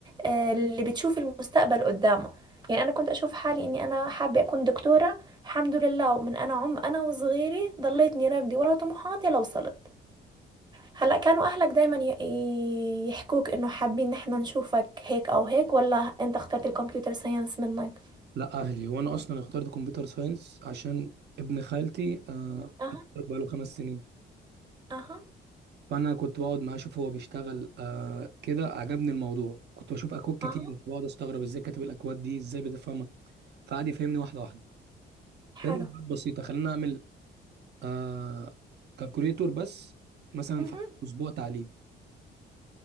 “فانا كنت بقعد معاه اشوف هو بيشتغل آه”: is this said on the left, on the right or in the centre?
Right